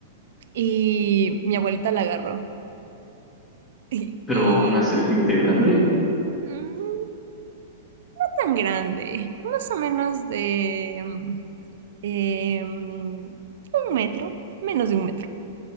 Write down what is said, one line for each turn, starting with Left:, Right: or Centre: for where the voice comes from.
Right: y mi abuelita la agarró. <laughs> Y,
Left: Pero
Right: y,
Left: una serpiente grande,
Right: mm, no tan grande, más o menos de, mm, eh, un metro, menos de un metro,